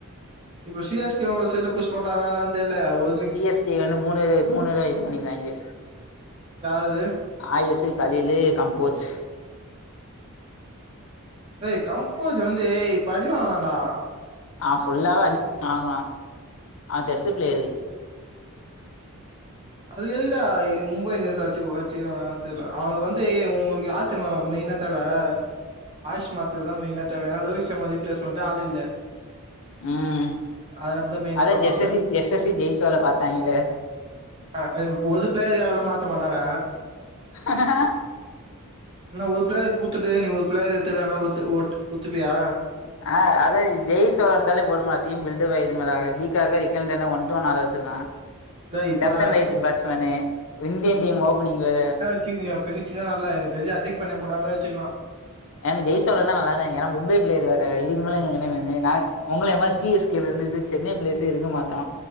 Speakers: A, on the right (about 25°); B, on the left (about 65°).
A: இப்ப சி எஸ் கே ஒர் சைட்ல புஷ் போட்டாங்ளளாள்ன் தெர்ல ஒ
B: சி எஸ் கே கான மூணுது மூணுதா இது பண்ணி காய்ங்க
A: யாரது
B: ஆயுசு காலைலேயே கம்போச்சு
A: ஏய் கம்போஸ் வந்து இப்ப அடி வாங்கினான்டா
B: அவ ஃபுல்லாவே அடி வாங்குவா அவ டெஸ்ட் ப்ளேயரு
A: அது கெதுக்கிடா எய் மும்பை இத எத அச்சுஒச்சுகறாங்க தெர்ல அவனுக் வந்து உங்ளுக்கு யார்தெம்மா மெய்ன தேவ ஆயஷ் மாத்திர தான் மெயினா தேவையானா <unintelligible> ரீப்ளேஸ்மண்ட ஆள் இல்ல
B: ம்
A: அதனால தா மெயினா
B: அதான்
A: பாப்பாங்களே
B: ஜஸ்எஸ்சி ஜஸ்எஸ்சி ஜெய்ஸ்வால பாத்தாங்களே
A: அ ஒது பேருக்க எல்லா மாத்த மாட்டாங்க
B: <inaudible>
A: இந்தா ஒரு பிளேயர கூத்துட்டு நீ ஒரு பிளேயர எத்துனாத ஒத்து ஒட் ஒத்துப்பியா
B: ஆ அதா ஜெய்ஸ்ஸோ வந்தாலே பொறுமார்டீம் பில்டமாய்டுமடா <unintelligible> ஒன் டூ ஒன் ஆட வச்சிர்லா
A: டேய் போடா
B: left and right batsman Indian team opening வே
A: வச்சுகுங்க பினிஷ்ங்கே வரல எனக்கு தெரிஞ்சு அர்திக் பாண்டியா பண்ண முடாமே வச்சுகலா
B: ஏங்க ஜெய்சோலர்லா நல்லால்லைங்க ஏனா மும்பை பிளேயர் வேற இதுக் மேலங்க என்னவேனே நாங் உங்ளே மாரி சி எஸ் <unintelligible> சென்னை பிளேஸே இருக்க மாத்தோ